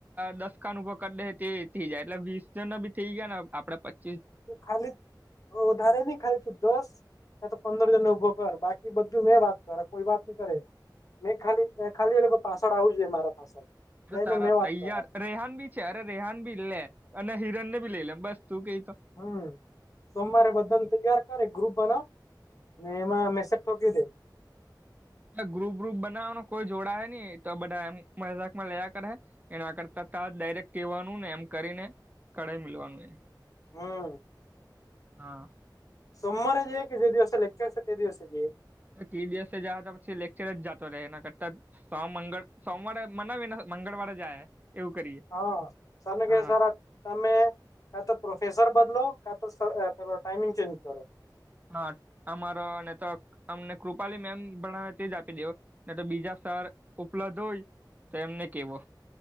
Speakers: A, on the right (about 20°); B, on the left (about 45°).
A: દસકાન ઉભો કરી દે તે થઈ જાય એટલે વીસ જના ભી થઈ ગયા ને આપડે પ
B: તું ખાલી વધ વધારે નહી ખાલી તું દસ મે તો પંદર જણ ને ઉભો કર બાકી બધું મેં વાત કર કોઈ વાત ન કરે મેં ખાલી ખાલી એ લોકો પાછળ આવું જો મારા પાછળ જઈને
A: તારા
B: મેં વાત
A: તૈયાર
B: કરા
A: રેહન બી છે અરે રેહાન ભી લે અને હિરન ને ભી લઈ લેમ બસ તું કઈ તો
B: હમ સોમવારે બધાને તૈયાર કરે ગ્રુપના મેં એમાં મેસેજ કી દે
A: ગ્રુપ વ્રુપ બનાવવાનો કોઈ જોડા હ નહી તો બધા એમ મજાકમાં લયા કરે એને આગળ તતા ડાયરેક્ટ કહેવાનું ને એમ કરીને કળાઈ મલવાનું એને
B: હમ
A: હા
B: સોમવારે જઈએ કે જે દિવસે લેક્ચર છે તે દિવસે જઈએ
A: ટીડીએસ એ જયા હતા પછી લેક્ચર જ જાતો રહે એના કરતા સ મંગળ સોમવારે મનાવીને મંગળવારે જાય એવું કરીએ
B: હા સરને
A: હા
B: કે સાર તમે કા તો પ્રોફેસર બદલો કા તો પેલો ટાઈમિંગ ચેન્જ કરો
A: હા અમારો ને તો અમને કૃપાલી મેમ ભણાવ તેજ આપી દેવ ને તો બીજા સર ઉપલબ્ધ હોય તો એમને કેવો